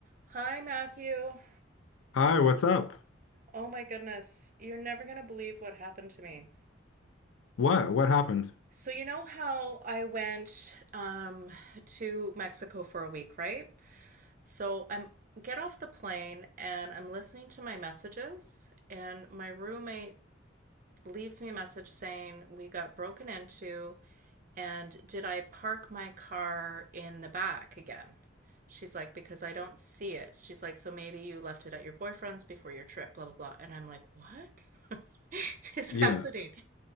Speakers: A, on the right; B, on the left.
A: Hi, Matthew.
B: Hi, what's up?
A: Oh my goodness. You're never going to believe what happened to me.
B: What? What happened?
A: So, you know how I went um, to Mexico for a week, right? So, I'm get off the plane and I'm listening to my messages, and my roommate leaves me a message saying, We got broken into, and did I park my car in the back again? She's like, Because I don't see it. She's like, So maybe you left it at your boyfriend's before your trip, blah, blah, blah. And I'm like, What? <laughs> is
B: Yeah.
A: happening.